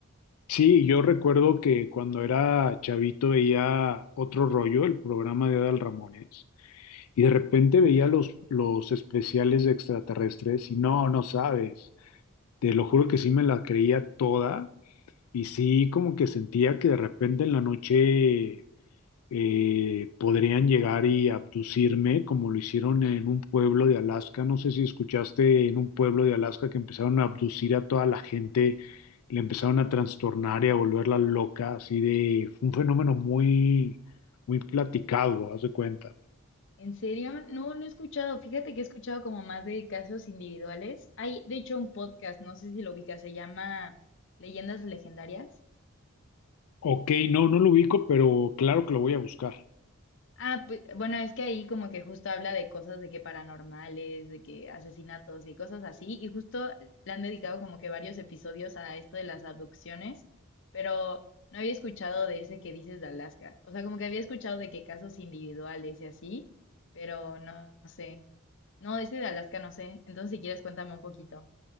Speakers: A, on the left; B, on the left.
A: Sí, yo recuerdo que cuando era chavito veía otro rollo, el programa de Adal Ramones, y de repente veía los, los especiales de extraterrestres y no, no sabes, te lo juro que sí me la creía toda y sí como que sentía que de repente en la noche eh, podrían llegar y abducirme como lo hicieron en un pueblo de Alaska. No sé si escuchaste en un pueblo de Alaska que empezaron a abducir a toda la gente, le empezaron a trastornar y a volverla loca, así de, fue un fenómeno muy, muy platicado, haz de cuenta.
B: ¿En serio? No, no he escuchado. Fíjate que he escuchado como más de casos individuales. Hay, de hecho, un podcast, no sé si lo ubicas, se llama Leyendas Legendarias.
A: Ok, no, no lo ubico, pero claro que lo voy a buscar.
B: Ah, pues, bueno, es que ahí como que justo habla de cosas de que paranormales, de que asesinatos y cosas así, y justo le han dedicado como que varios episodios a esto de las abducciones, pero no había escuchado de ese que dices de Alaska. O sea, como que había escuchado de que casos individuales y así, pero no sé. No, ese de Alaska no sé. Entonces, si quieres, cuéntame un poquito.